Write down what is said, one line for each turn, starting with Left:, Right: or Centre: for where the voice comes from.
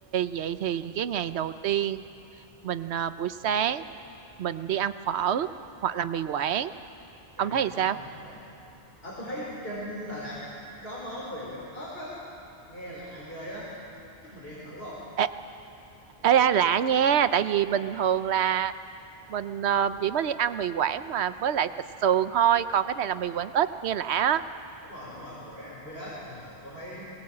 Right: vậy thì cái ngày đầu tiên mình ờ, buổi sáng mình đi ăn phở hoặc là mì quảng.
Left: gây
Right: Ông thấy
Left: phở
Right: thì sao?
Left: hay người quản. À, tôi thấy trên Đà Lạt có món mì Quảng ếch á, nghe lạ ghê á. Chắc mình đi ăn thử không?
Right: Ê, ê, ê, lạ nha tại vì bình thường là mình ờ, chỉ mới đi ăn mì Quảng mà với lại thịt sườn thôi còn cái này là mì Quảng ít nghe lạ á
Left: Đúng rồi, đúng rồi, mình Quảng ăn với ếch nên là tôi thấy